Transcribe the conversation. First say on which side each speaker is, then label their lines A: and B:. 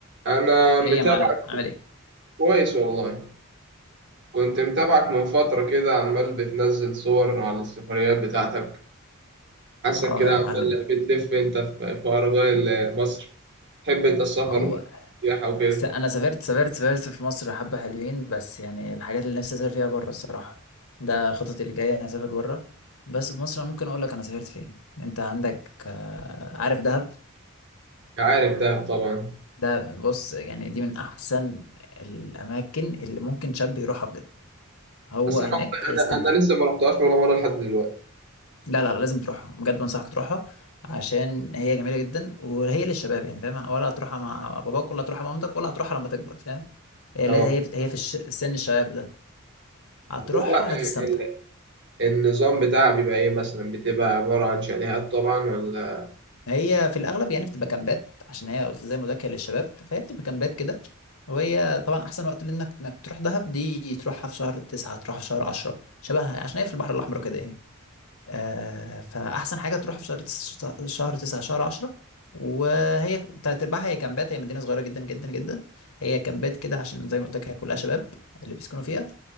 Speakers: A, on the right; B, on the left.
A: انا متابعك
B: ايه يا معلم عامل ايه
A: كويس والله كنت متابعك من فترة كده عمال بتنزل صور على السفريات بتاعتك حاسك
B: اه
A: كده
B: يا
A: عمال
B: معلم
A: بتلف انت في في أرجاء مصر تحب انت السفر
B: والله
A: والسياحة وكده
B: س- انا سافرت سافرت سافرت في مصر حبة حلوين بس يعني الحاجات اللي نفسي اسافر فيها بره الصراحة ده خططي اللي جاية أنا اسافر بره بس في مصر انا ممكن اقول لك انا سافرت فين انت عندك آه، عارف دهب
A: عارف دهب طبعا
B: ده بص يعني دي من احسن الاماكن اللي ممكن شاب يروحها بجد هو
A: بس
B: هناك
A: انا والله
B: هيستمتع
A: انا انا لسه ما رحتهاش ولا مرة لحد دلوقتي
B: لا لا لازم تروحها بجد بنصحك تروحها عشان هي جميلة جدا وهي للشباب يعني فاهم ولا هتروحها مع باباك ولا هتروحها مع مامتك ولا هتروحها لما تكبر فاهم هي
A: اه
B: لا- هي هي في الش- سن الشباب ده هتروحها
A: طب هو ال-
B: هتستمتع
A: ال- النظام بتاعها بيبقى ايه مثلا بتبقى عبارة عن شاليهات طبعا ولا
B: هي في الأغلب يعني بتبقى كامبات عشان هي قلت زي ما قلت لك هي للشباب فهي بتبقى كامبات كده وهي طبعا أحسن وقت لأنك إنك تروح دهب دي تروحها في شهر تسعة تروحها في شهر عشرة شبهها عشان هي في البحر الأحمر كده يعني آه، فأحسن حاجة تروح في شهر تس... شهر تسعة شهر عشرة وهي تلات أرباعها هي كامبات هي مدينة صغيرة جدا جدا جدا هي كامبات كده عشان زي ما قلت لك هي كلها شباب اللي بيسكنوا فيها